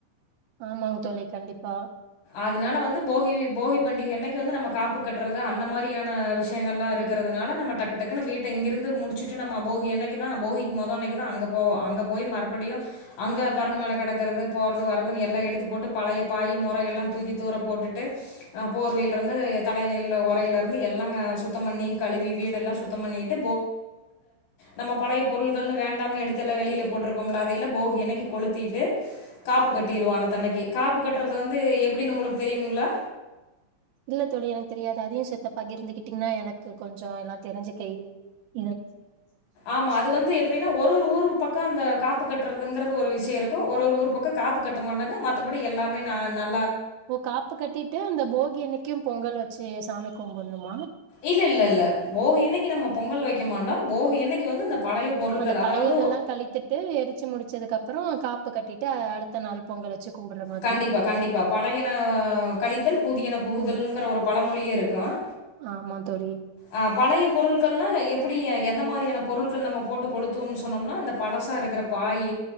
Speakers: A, on the right (about 85°); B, on the left (about 80°).
A: ஆமாங்க தோழி கண்டிப்பா
B: அதனால வந்து போகி போகி பண்டிகை அன்னைக்கு வந்து நம்ம காப்பு கட்டுறது அந்த மாரியான விஷயங்கள் எல்லாம் இருக்கறிறதுனால நம்ம டக்கு டக்குன்னு வீட்டை இங்கிருந்து முடிச்சுட்டு நம்ம போகி அன்னைக்கு தான் போகிக்கு முதல்ன்னைக்கு தான் அங்க போவோம் அங்க போய் மறுபடியும் அங்க பரன் மேல கிடக்கறிறது போறது வரது எல்லாம் எடுத்து போட்டு பழைய பாயி எல்லாம் தூக்கி தூர போட்டுட்டு போர்வயில இருந்து தலயனை உறையிருது எல்லாம் சுத்தம் பண்ணி கழுவி வீடு ஏல்லாம் சுத்தம் பண்ணிட்டு நம்ம போகி ஆன்னைக்கு வேண்டாம்னூ எடுத்து வெளில போட்டுப்போம்ல அத எலாலாம் கொளூத்தீட்டு காப்பு கட்றது அன்னைக்கு அது வந்து எப்படின்னு உங்களுக்கு தெரியுங்களா
A: இல்ல தோழி எனக்கு தெரியாது அதையும் செத்த பகிர்ந்துகிட்டிங்கன்னா எனக்கு கொஞ்சம் எல்லாம் தெரிஞ்சு இ
B: ஆமா அது வந்து எப்படின்னா ஒரு ஒரு ஊர் பக்கம் அந்த காப்பு கட்டுறதுங்கிறது ஒரு விஷயம் இருக்கும் ஒரு ஒரு ஊர் பக்கம் காப்பு கட்ட மாட்டாங்க மத்தபடி எல்லாமே நல்ல
A: ஓ காப்பு கட்டிட்டுஅந்த போகி அன்னைக்கு க்கும் பொங்கல் வச்சு சாமி கும்புன்ணுமா
B: இல்ல இல்ல இல்ல போகி அன்னைக்கு நம்ம பொங்கல் வைக்கமாண்டோ
A: ஓ
B: போகி அன்னைக்கு வந்து இந்த பழைய பொருட்கள்
A: அந்த பழையதெல்லாம்
B: அதாவது
A: கழித்துட்டு எரிச்சு முடிச்ச வச்சதுக்கு அப்புறம் காப்பூகட்டிட்டு அடுத்த நாள் பொங்கல் வச்சு கும்புட்ற மாதிரி
B: கண்டிப்பா கண்டிப்பா பழையன கழித்தல் புதியன புகுதல்ங்கிற
A: ம்
B: ஒரு பழமொழியே இருக்கும்
A: ஆமா தோழி
B: அஹ் பழைய பொருட்கள்னா எப்படி எந்த மாதிரியான பொருட்கள் நம்ம போட்டு கொளுத்துவோம்னா சொன்னோம்னா இந்த பழசா இருக்கிற பாய்